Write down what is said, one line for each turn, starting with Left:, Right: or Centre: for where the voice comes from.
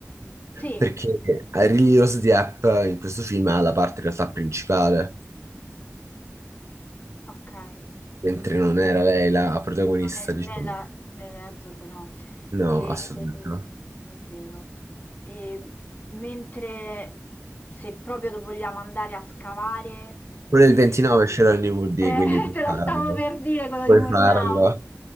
Left: Sì,
Right: perché a Really Rose Diep in questo film ha la parte in realtà principale,
Left: ok.
Right: mentre
Left: Mhm.
Right: non era lei la protagonista,
Left: No, nel-
Right: diciamo.
Left: nella, nell'Herzog no,
Right: No,
Left: E-
Right: assolutamente no.
Left: è vero. E mentre se proprio do- vogliamo andare a scavare,
Right: Quello
Left: eh,
Right: del 29 ce l'ho in DVD,
Left: <laughs> eh,
Right: quindi puoi
Left: te lo
Right: farlo.
Left: stavo per dire quello
Right: Puoi
Left: di Murnau.
Right: farlo,